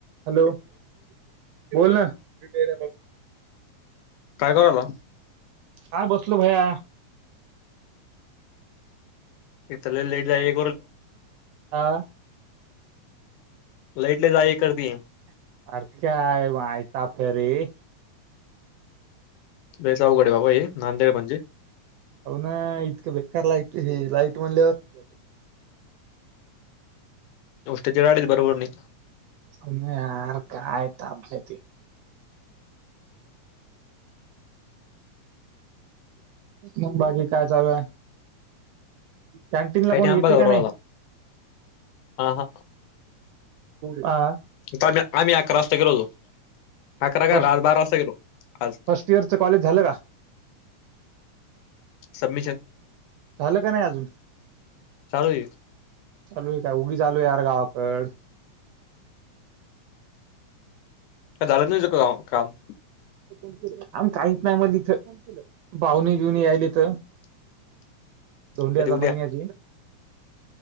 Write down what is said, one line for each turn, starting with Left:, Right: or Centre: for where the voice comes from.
Right: हॅलो बोल ना. तर.
Left: काय कराला.
Right: काय बसलो भैया.
Left: एकतर लई लईट जाए
Right: आं?
Left: लईट लई जाए करती.
Right: <unintelligible>
Left: लइच अवघडे बाबाहे नांदेड म्हंजे.
Right: होना इतकं बेकार लाईट हे लाईट म्हणल्यावर
Left: दोस्ताच्या गाडी बरोबर नइ.
Right: नाही यार काय तापलंते. मं बाकी काय चालूआय? कॅन्टीन ला
Left: काही
Right: कोन
Left: नाही
Right: येते
Left: आंबा गावराला
Right: का नाय?
Left: आला. हा हा
Right: आ?
Left: तामी आमी आकरा वास्ता गेलोतो. आकरा
Right: फर्स्ट
Left: काल आज बारा वास्ता गेलो आज.
Right: फर्स्ट इयरचं कॉलेज झालं का
Left: सबमिशन.
Right: झालं का नाय अजून?
Left: चालू आहे
Right: मीच आलोयार गावाकंड.
Left: का झालंचन तुझं काम काम?
Right: आमच्या ऐकन्यामधी इथं पाऊने बिउने यायलेत.
Left: <inaudible>
Right: धोंड्याचा
Left: उद्या
Right: महिन्याची.